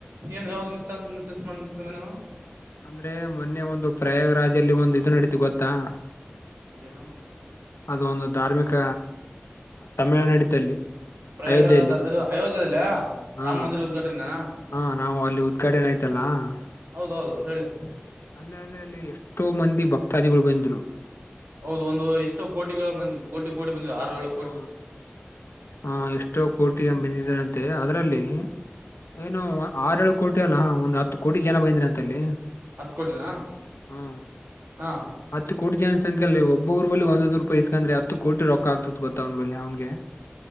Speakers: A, on the right; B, on the left.
A: ಏನ್ ಯಾವ್ದ ಮಿಸ್ಚಾನ್ಸ್ ಮಿಸಾನ್ಸ್ ಮಾಡಿ ಮಿಸ್ತ ಅವ <unintelligible>
B: ಅಂದ್ರೆ ಮೊನ್ನೆ ಒಂದು ಪ್ರಯಾಗರಾಜಲ್ಲಿ ಒಂದು ಇದು ನಡೀತು ಗೊತ್ತಾ <unintelligible>
A: ಏನೋ
B: ಅದು ಒಂದು ಧಾರ್ಮಿಕ ಸಮ್ಮೇಳನ ನಡೀತಲ್ಲಿ <unintelligible>
A: ಪ್ರಯಾಗರ
B: ಅಯೋಧ್ಯೆಯಲ್ಲಿ
A: ಇದು ಅಯೋಧ್ಯಲ್ಲಯ
B: ಹಾ
A: ರಾಮ್ ಮಂದಿರ ಉದ್ಘಾಟನೆನಾ <unintelligible>
B: ಹಾ ನಾವು ಅಲ್ಲಿ ಉದ್ಘಾಟನೆ ಆಯ್ತಲ್ಲಾ <unintelligible>
A: ಹೌದ ಹೌದು ಹೇಳಿ -
B: ಆನೆಡ್ನೆಯಲ್ಲಿ ಅಲ್ಲಿ ಎಷ್ಟೋ ಮಂದಿ ಭಕ್ತಾದಿಗಳು ಬಂದ್ರು
A: ಹೌದ ಒಂದು ಎಷ್ಟೋ ಕೋಟಿಗಳು ಬಂದ್ ಕೋಟಿ ಕೋಟಿ ಬಂದ್ ಆರುಳ
B: ಹಾ ಹಾ ಎಷ್ಟೋ ಕೋಟಿ ಬಂದಿದ್ದನಂತೆ ಅದ್ರಲ್ಲಿ ಏನು ಆರಳು ಕೋಟಿ ಅಲ್ಲ ಒಂದ್ ಹತ್ತು ಕೋಟಿ ಜನ ಬೈಂದ್ರ ಅಂತಲ್ಲಿ
A: ಹತ್ಕೋಟಿನ
B: ಹಾ
A: ಹಾ
B: ಹತ್ತು ಕೋಟಿ ಜನ ಸಂಖ್ಯೆಯಲ್ಲಿ ಒಬ್ಬೊಬ್ರು ಬಲ್ಲಿ ಒಂದೊಂದು್ ರೂಪಾಯ ಇಸ್ಕಂದ್ರೆ ಹತ್ತು ಕೋಟ ರೊಕ್ಕ ಆಗ್ತ ಗೊತ್ತ್ನ ಬಳಿ ಅವನಿಗೆ